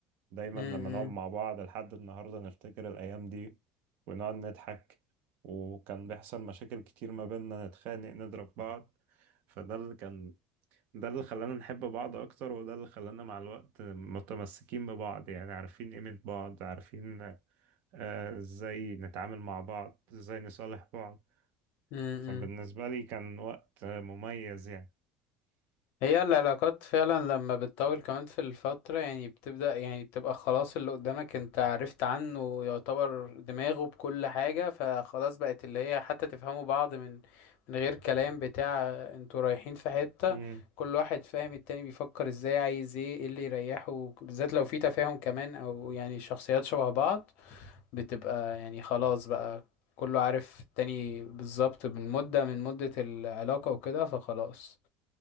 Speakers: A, on the right; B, on the left.
A: دايما
B: م- م-
A: لما نقعد مع بعض لحد النهاردة نفتكر الأيام دي ونقعد نضحك وكان بيحصل مشاكل كتير ما بيننا نتخانق نضرب بعض فده اللي كان ده اللي خلانا نحب بعض أكتر وده اللي خلانا مع الوقت متمسكين ببعض يعني عارفين قيمة بعض عارفين آه، إزاي نتعامل مع بعض إزاي نصالح بعض
B: م- م.
A: فبالنسبة لي كان وقت آه، مميز يعني
B: هي العلاقات فعلا لما بتطول كمان في الفترة يعني بتبدأ يعني بتبقى خلاص اللي قدامك انت عرفت عنه يعتبر دماغه بكل حاجة فخلاص بقت اللي هي حتى تفهموا بعض من من غير كلام بتاع انتوا رايحين في حتة
A: امم
B: كل واحد فاهم التاني بيفكر ازاي عايز ايه ايه اللي يريحه بالذات لو في تفاهم كمان او يعني شخصيات شبه بعض بتبقى يعني خلاص بقى كله عارف التاني بالظبط من مدة من مدة العلاقة وكده فخلاص